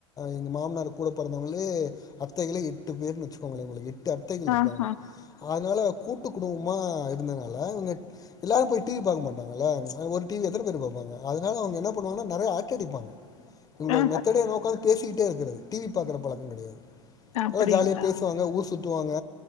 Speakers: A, on the left (about 20°); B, on the left (about 80°).
A: எங்க மாமனார் கூட பொறந்தவுங்களே அத்தைகளே எட்டு பேர்னு வச்சுக்கோங்களே அவுங்களுக்கு எட்டு அத்தைகள் இருக்காங்க
B: ஆஹா
A: அதனால கூட்டு குடும்பமா இருந்தனால இவங்க எல்லாரு போய் டி வி பாக்க மாட்டாங்கல்ல ஒரு டி விய எத்தன பேரு பாப்பாங்க அதனால அவங்க என்ன பண்ணுவாங்கனா நெறைய அரட்டை அடிப்பாங்க இவங்ளோ
B: ஆ
A: மெத்தடே ஒக்காந்து பேசிக்கிட்டே இருக்கிறது டி வி பாக்கற பழக்கம் கெடையாது
B: அப்டிங்களா
A: நல்லா ஜாலியா பேசுவாங்க ஊர் சுத் சுத்துவாங்க